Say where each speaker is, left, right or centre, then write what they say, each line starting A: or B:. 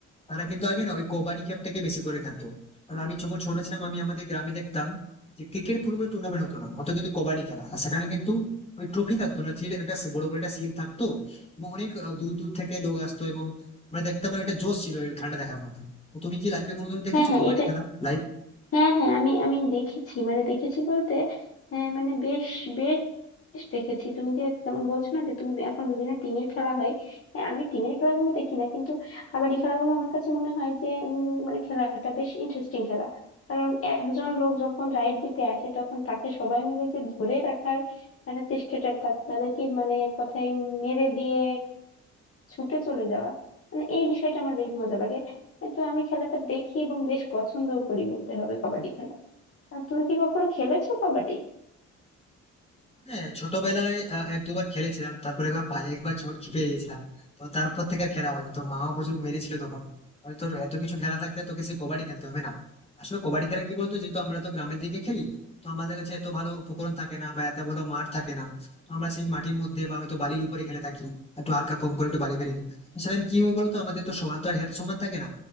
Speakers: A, on the left (about 20°); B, on the left (about 45°).
A: তারা কিন্তু আগে না ওই কবাডি গেমটাকে বেশি করে খেলতো কারণ আমি যখন ছোট ছিলাম আমি আমাদের গ্রামে দেখতাম যে ক্রিকেট ফুটবল টুর্নামেন্ট হতো না হতো কিন্তু কবাডি খেলা আর সেখানে কিন্তু ওই ট্রফি থাকতো না ছিল একটা সে- বড় বড় একটা শিল থাকতো এবং অনেক আহ, দূর দূর থেকে লোক আসতো এবং মানে দেখতে মানে একটা জোশ ছিল এই খেলাটা দেখার মতো তো তুমি কি লাইফে কোনোদিন দেখেছো
B: হ্যাঁ হ্যাঁ
A: কবাডি
B: এটা
A: খেলা লাইভ
B: হ্যাঁ হ্যাঁ আমি আমি দেখেছি মানে দেখেছি বলতে আহ, মানে বেশ বেশ দেখেছি তুমি যে যেমন বলছো না যে তুমি এখন বিভিন্ন টিমের খেলা হয় হ্যাঁ আমি টিমের খেলাগুলো দেখি না কিন্তু কাবাডি খেলাগুলো আমার কাছে মনে হয় যে উম, মানে খেলাটা বেশ ইন্টারেস্টিং খেলা কারণ একজন লোক যখন রাইড দিতে আসে তখন তাকে সবাই মিলে যে ধরে রাখার মানে চেষ্টাটা তা- তাদেরকে মানে এক কথায় মেরে দিয়ে ছুটে চলে যাওয়া মানে এই বিষয়টা আমার বেশ মজা লাগে তো আমি খেলাটা দেখি এবং বেশ পছন্দও করি বলতে হবে কাবাডি খেলা আর তুমি কি কখনো খেলেছো কবাডি
A: হ্যাঁ ছোটবেলায় আহ, এক দুবার খেলেছিলাম তারপরে একবার পায়ে একবার চোট খেপে গেছিলাম তো তারপর থেকে আর খেলা হয়নি তো মাও প্রচুর মেরেছিল তখন বলে, তোর এত কিছু খেলা থাকতে তোকে সে কবাডি খেলতে হবে না আসলে কবাডি খেলা কি বলতো যেহেতু আমরা তো গ্রামের দিকে খেলি তো আমাদের কাছে এত ভালো উপকরণ থাকে না বা এত ভালো মাঠ থাকে না তো আমরা সেই মাটির মধ্যে বা হয়তো বালির উপরে খেলে থাকি একটু হালকা কম করে একটু বালি ফেলে দিই তো সেখানে কি হয় বলতো আমাদের তো সবার তো হেলথ সমান থাকে না